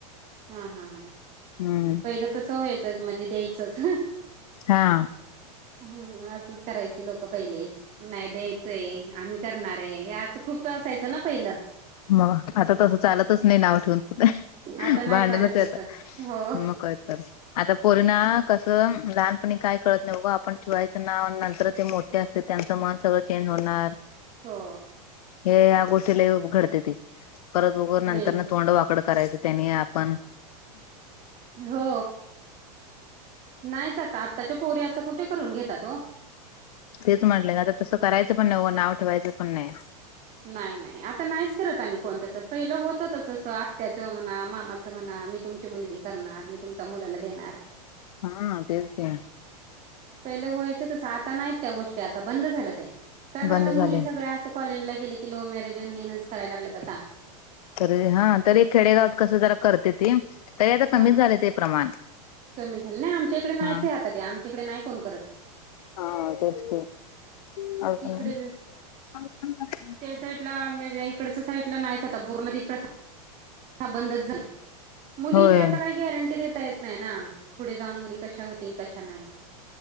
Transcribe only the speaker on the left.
हम्म.
हा.
मग आता तसं चालतच नाही, नाव ठेवून पु
भांडणच
येत
मक तर आता. पोरीना कसं लहानपणी काय कळत नाही, बघं आपण ठिवायचं नाव नंतर ते मोठ. असते त्यांचं मन सगळं चेंज होणार.
हे या गोष्टीला घडते ती, परत वगर
नंतर
तोंड वाकडं करायचं त्यानी आपण.
तेच म्हटलं का आता तसं करायचं पण नाही उगं नाव ठेवायचं पण नाही.
हा तेते.
बंद
झाले
तरी हा तरी खेडेगाव कसं जरा करते, ती तरी आता
कमीच झाले ते प्रमाण.
हा
हा तेच ते. का
<unintelligible>
होय